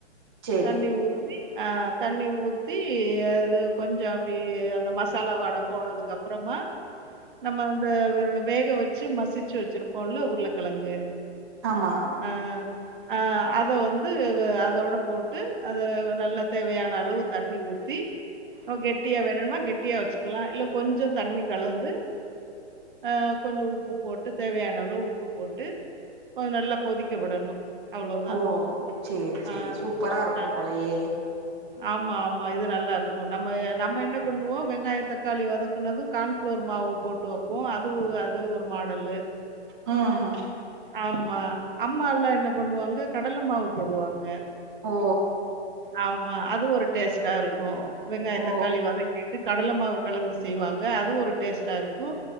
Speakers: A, on the right; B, on the right.
A: சேரி
B: தண்ணி ஊத்தி ஆங் தண்ணி ஊத்தி அது கொஞ்ச அப்டி அந்த மசாலா வாடை போனதுக்கு அப்புறமா நம்ம அந்த வேக வச்சு மசிச்சு வச்சிருப்போம்ல உருளைக்கிழங்கு
A: ஆமா
B: ஆஹ் ஆஹ் அத வந்து அதோட போட்டு அத நல்லா தேவையான அளவு தண்ணி ஊத் ஊத்தி கெட்டியா வேணும்னா கெட்டியா வச்சுக்கலாம் இல்ல கொஞ்சம் தண்ணி கலந்து ஆஹ் கொஞ்ச உப்பு போட்டு தேவையான அளவு உப்பு போட்டு கொஞ்ச நல்லா கொதிக்க விடணு அவ்ளோதா
A: ஓ சேரி
B: ஆ
A: சேரி சூப்பரா இருக்கும்
B: ஆ
A: போலயே
B: ஆமா ஆமா இது நல்லா இருக்கு நம்ம நம்ம என்ன பண்ணுவோம் வெங்காய தக்காளி வதக்குனது கான்ஃப்ளார் மாவு போட்டு வைப்போம் அது அது ஒரு மாடல்லு
A: ம்
B: ஆமா அம்மால்லா என்ன பண்ணுவாங்க கடலை மாவு போடுவாங்க
A: ஓ
B: ஆமா அது ஒரு டேஸ்டா இருக்கும் வெங்காய
A: ஓ
B: தக்காளி வதகிட்டு கடலை மாவு கலந்து செய்வாங்க அது ஒரு டேஸ்டா இருக்கு